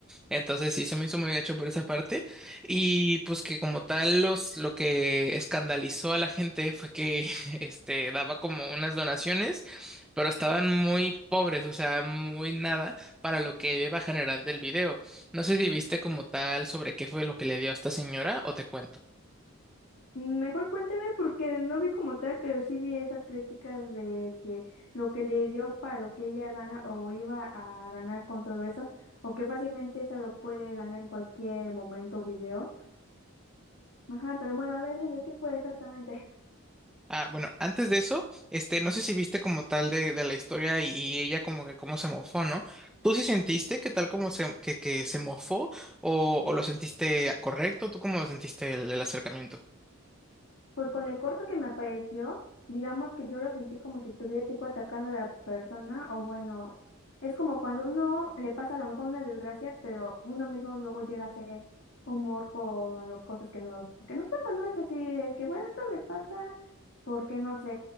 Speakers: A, in the centre; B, on the left (about 65°).
A: Entonces sí se me hizo muy gacho por esa parte. Y pues que como tal los lo que escandalizó a la gente fue que <laughs> este daba como unas donaciones, pero estaban muy pobres, o sea, muy nada para lo que iba general del video. No sé si viste como tal sobre qué fue lo que le dio a esta señora o te cuento.
B: Mejor cuéntame porque no vi como tal, pero sí vi esas críticas de que lo que le dio para lo que ella gana o iba a ganar con todo eso, o que fácilmente se lo puede ganar en cualquier momento o video. Ajá, pero bueno, a ver, dime qué fue exactamente.
A: Ah, bueno, antes de eso, este, no sé si viste como tal de, de la historia y, y ella como que cómo se mofó, ¿no? ¿Tú sí sentiste que tal como se, que, que se mofó o, o lo sentiste correcto? ¿Tú cómo lo sentiste el el acercamiento?
B: Pues con el corto que me apareció, digamos que yo lo sentí como si estuviera tipo atacando a la persona, o bueno, es como cuando uno le pasa a lo mejor una desgracia, pero uno mismo luego llega a hacer humor con las cosas que nos, que nos pasan, ¿no? Es así de que, bueno, esto me pasa porque no sé,